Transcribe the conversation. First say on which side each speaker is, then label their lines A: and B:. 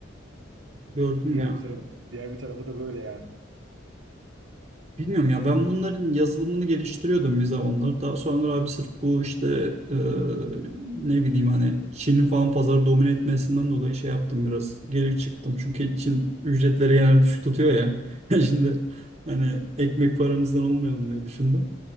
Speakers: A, on the right; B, on the right.
A: Gördüm
B: Diğer
A: ya.
B: bir taraf, diğer bir tarafı da böyle yani.
A: Bilmiyorum ya ben bunların yazılımını geliştiriyordum bir zamanlar. Daha sonra abi sırf bu işte e, ne bileyim hani Çin'in falan pazarı domine etmesinden dolayı şey yaptım biraz. Geri çıktım. Çünkü Çin ücretleri genelde düşük tutuyor ya. <laughs> Şimdi hani ekmek paramızdan olmayalım diye düşündüm.